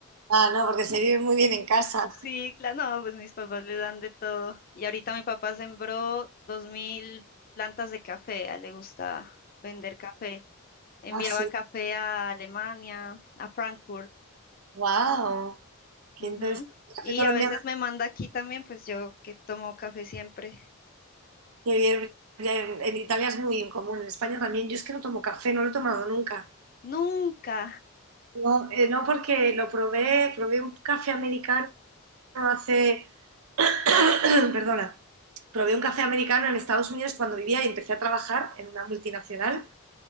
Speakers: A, on the right; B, on the left.
A: Ah, no, porque se vive muy bien en casa.
B: Sí, claro, no, pues mis papás le dan de todo. Y ahorita mi papá sembró dos mil plantas de café. A él le gusta vender café. Enviaba
A: Ah, sí.
B: café a Alemania, a Frankfurt.
A: Wow. Qué
B: Ujú.
A: interesante. El café
B: Y
A: colombiano,
B: a veces me manda aquí también, pues yo que tomo café siempre.
A: qué bien. Ya En, en Italia es muy común, en España también. Yo es que no tomo café, no lo he tomado nunca.
B: Nunca.
A: No, eh, no porque lo probé, probé un café americano hace, <clears throat> perdona, probé un café americano en Estados Unidos cuando vivía y empecé a trabajar en una multinacional.